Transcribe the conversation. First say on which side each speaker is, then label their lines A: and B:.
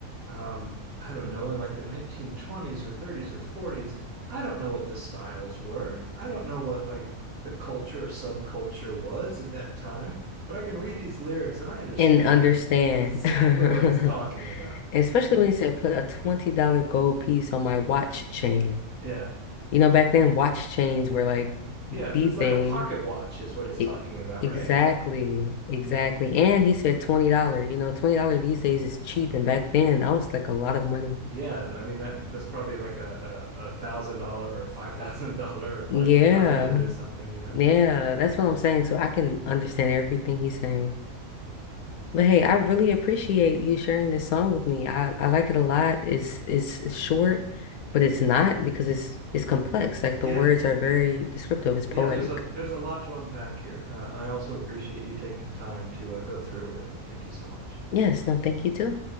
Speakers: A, on the right; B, on the left.
A: um, I don't know, in like the 1920s or 30s or 40s. I don't know what the styles were. I don't know what like the culture or subculture was at that time, but I can read these lyrics and I understand
B: and understand.
A: exactly what he's talking
B: <laughs>
A: about.
B: Especially when he said put a $20 gold piece on my watch chain.
A: Yeah.
B: You know, back then watch chains were like the
A: Yeah, it's
B: thing.
A: like a pocket watch is what he's
B: E-
A: talking about,
B: exactly,
A: right?
B: exactly. And he said $20. You know, $20 these days is cheap. And back then that was like a lot of money.
A: Yeah, I mean that that's probably like a a, a thousand dollar or five thousand dollar
B: Yeah,
A: like diamond or something, you know?
B: yeah, that's what I'm saying. So I can understand everything he's saying. But hey, I really appreciate you sharing this song with me. I, I like it a lot. It's, it's it's short, but it's not because it's it's complex. Like
A: Yeah,
B: the words are very descriptive. It's poetic.
A: Yeah, there's a there's a lot to unpack here. Uh, I also appreciate you taking the time to uh, go through it with me. Thank you so much.
B: Yes, no, thank you too.